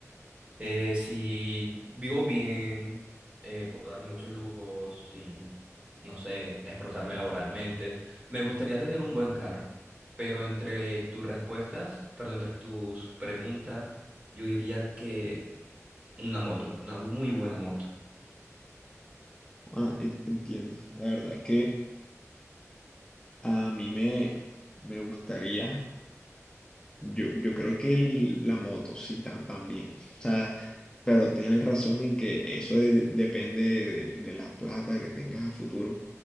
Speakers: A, on the right (about 25°); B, on the left (about 15°).
A: Eh, si vivo bien, eh, puedo dar muchos lujos sin, no sé, explotarme laboralmente. Me gustaría tener un buen carro, pero entre tus respuestas, perdón, entre tus preguntas, yo diría que una moto, una muy buena moto.
B: Ah, en- entiendo. La verdad es que a mí me, me gustaría, yo, yo creo que el- la moto sí tam- también. O sea, pero tienes razón en que eso de- depende de, de la plata que tengas a futuro